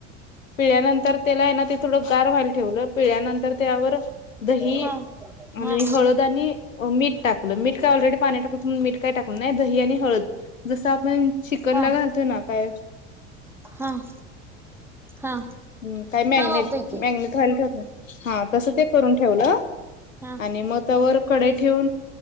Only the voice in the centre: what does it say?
हा
हा
हा
हा हा
हा वापरतोय की
हा